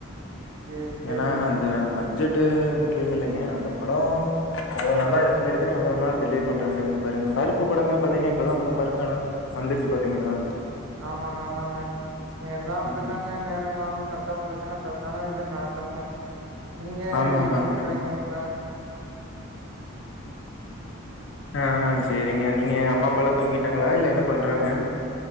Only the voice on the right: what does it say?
சேரி சேரிங்க
ஆமாங்க ஆமாங்க எல்லாம் அப்புடித்தாங்க
நேரங்காலம் கரெக்டா வந்துச்சுன்னா கரட்டான இது நடந்துருங்க நீங்க
என்ன பண்றீங்க இப்ப